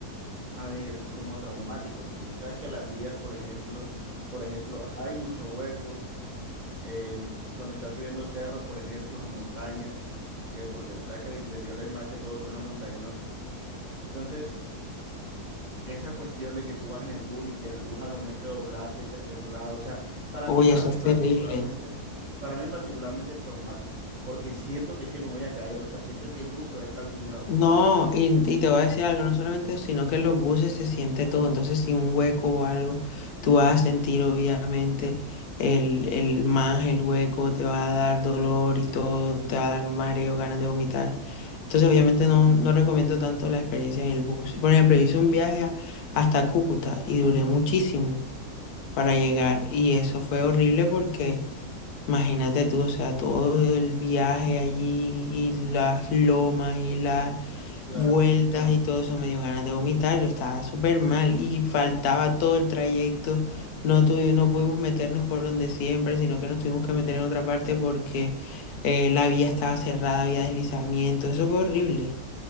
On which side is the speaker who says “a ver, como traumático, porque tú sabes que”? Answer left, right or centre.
Right